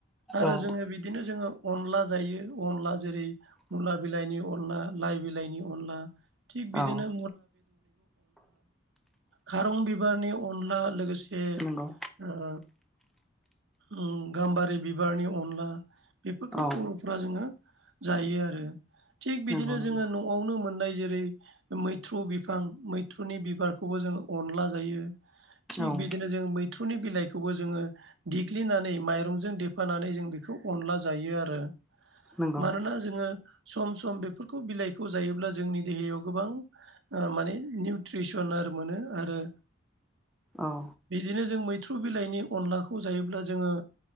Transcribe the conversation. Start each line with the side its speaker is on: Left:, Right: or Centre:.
Right: आरो
Centre: औ
Right: जोंङो बि बिदिनो जोङो अनला जायो, अनला जेरै मुला बिलाइनि अनला लाइ बिलाइनि अनला थिग बिदिनो
Centre: औ
Right: खारं बिबारनि अनला लोगोसे
Centre: नंगौ
Right: ओ ओ गाम्बारि बिबारनि अनला बेफोरखौ
Centre: औ
Right: बर'फ्रा जोङो जायो आरो थिग बिदिनो
Centre: नंगौ नंगौ
Right: जोङो न'आवनो मोननाय जेरै मैथ्रु बिफां मैथ्रुनि बिबारखौबो जोङो अनला जायो। थिग
Centre: औ
Right: बिदिनो जों मैथ्रुनि बिलाइखौबो जोङो देग्लिनानै माइरंजों देफानानै जों बेखौ अनला जायो आरो।
Centre: नंगौ
Right: मानोना जोङो सम सम बेफोरखौ बिलाइखौ जायोब्ला जोंनि देहायाव गोबां ओ माने निउट्रिसनार मोनो आरो
Centre: औ
Right: बिदिनो जों मैथ्रु बिलाइनि अनलाखौ जायोब्ला जोङो